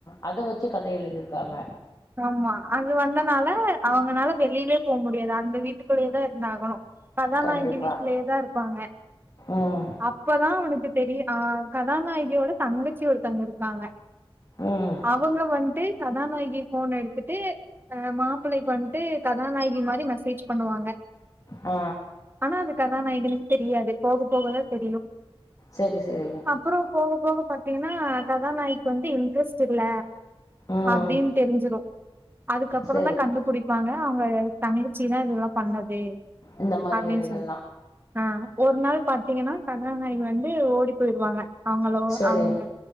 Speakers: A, on the left; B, on the right.
A: அத வச்சு கத எழுதிருக்காங்க
B: ஆமா அது வந்தனால அவங்கனால வெளியவே போ முடியாது அந்த வீட்டுக்குள்ளேயே தா இருந்தகணு கதாநாயகி
A: கண்டிப்பா
B: வீட்டுலேயே தா இருப்பாங்க
A: ம்
B: அப்பதா அவனுக்கு தெரியும கதா நாயகியோட தங்கச்சி ஒரு தங்க இருக்காங்க
A: ம்
B: அவங்க வன்ட்டு கதானகி போன் எடுத்துட்டு அ மாப்பிளைைக்கு வந்துட்டு கதாநாயகி மாரி மெசேஜ் பண்ணுவாங்க
A: ஆ
B: ஆனா அது கதாநாயகனுக்கு தெரியாது போக போகதா தெரியு
A: சரி சரி
B: அப்புறம் போக போக பாத்தீங்கன்னா கதாநாயக் வந்து இன்ட்ரெஸ்ட் இல்ல
A: ம்
B: அப்டின்ட் தெரிஞ்சிடு அதுக்கப்புற
A: சரி
B: தா கண்டுபிடிப்பாங்க அவங்க தங்கிச்சி தா இதல்லா பண்ணது
A: இந்த மாரி
B: அப்படின்னு
A: வேலைகள்லா
B: சொல்லி ஆ ஒரு நாள் பாத்தீங்கன்னா கதாநாயக வந்து ஓடி போயிருவாங்க அவங்களோ
A: செரி
B: அவங்க